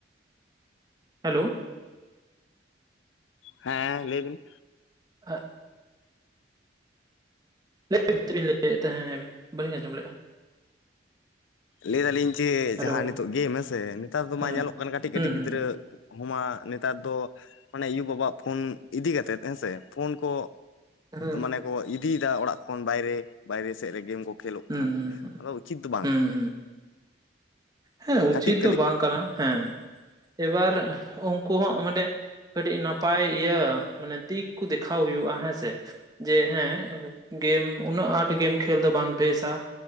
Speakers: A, on the right (about 20°); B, on the left (about 85°).
A: ᱦᱮᱞᱳ᱾
B: ᱦᱮᱸ ᱞᱟᱹᱭ ᱵᱤᱱ,
A: <unintelligible> ᱞᱟᱹᱭᱵᱤᱱ ᱪᱮᱫ ᱵᱤᱱ ᱞᱟᱹᱭᱮᱫ ᱛᱟᱦᱮᱸᱫ ᱵᱟᱹᱞᱤᱧ ᱟᱸᱡᱚᱢ ᱞᱮᱫ-ᱟ᱾
B: ᱞᱟᱹᱭ ᱫᱟᱞᱤᱧ ᱡᱮ
A: ᱦᱮᱞᱳ
B: ᱡᱟᱦᱟᱸ ᱱᱤᱛᱚᱜ ᱜᱮᱢ ᱦᱮᱥᱮ ᱱᱮᱛᱟᱨ ᱫᱚ
A: ᱦᱮᱸ
B: ᱢᱟ ᱧᱮᱞᱚᱜ ᱠᱟᱱᱟ ᱠᱟᱹᱴᱤᱡ ᱠᱟᱹᱴᱤᱡ
A: ᱦᱩᱸ
B: ᱜᱤᱫᱽᱨᱟᱹ
A: ᱦᱩᱸ ᱦᱩᱸ
B: <inaudible> ᱱᱮᱛᱟᱨ ᱫᱚ ᱟᱱᱮ ᱟᱭᱩ ᱵᱟᱵᱟᱜ ᱯᱷᱳᱱ ᱤᱫᱤ ᱠᱟᱛᱮᱫ ᱦᱮᱸᱥᱮ ᱯᱷᱳᱱ ᱠᱚ
A: ᱦᱮᱸ
B: ᱢᱟᱱᱮ ᱠᱚ ᱤᱫᱤᱭᱮᱫᱟ ᱚᱲᱟᱜ ᱠᱷᱚᱱ ᱵᱟᱭᱨᱮ ᱵᱟᱭᱨᱮ ᱥᱮᱫ ᱨᱮ ᱜᱮᱢ ᱠᱚ ᱠᱷᱮᱞᱳᱜ
A: ᱦᱩᱸ
B: ᱠᱟᱱᱟ
A: ᱦᱩᱸ
B: ᱾ ᱟᱫᱚ ᱩᱪᱤᱛ ᱫᱚ ᱵᱟᱝ
A: ᱦᱩᱸ ᱦᱩᱸ ᱦᱮᱸ ᱩᱪᱤᱛ
B: ᱠᱟᱹᱴᱤᱡ ᱠᱟᱹᱴᱤᱡ
A: ᱫᱚ ᱵᱟᱝ ᱠᱟᱱᱟ ᱦᱮᱸ <inaudible> ᱮᱵᱟᱨ ᱩᱱᱠᱩ ᱦᱚᱸ ᱢᱟᱱᱮ ᱠᱟᱹᱴᱤᱡ ᱱᱟᱯᱟᱭ ᱤᱭᱟᱹ ᱢᱟᱱᱮ ᱫᱤᱠ ᱠᱚ ᱫᱮᱠᱷᱟᱣ ᱦᱩᱭᱩᱜ-ᱟ ᱦᱮᱸᱥᱮ ᱾ ᱡᱮ ᱦᱮᱸ ᱜᱮᱢ ᱩᱱᱟᱹᱜ ᱟᱸᱴ ᱜᱮᱢ ᱠᱷᱮᱞ ᱫᱚ ᱵᱟᱝ ᱵᱮᱥᱟ ᱾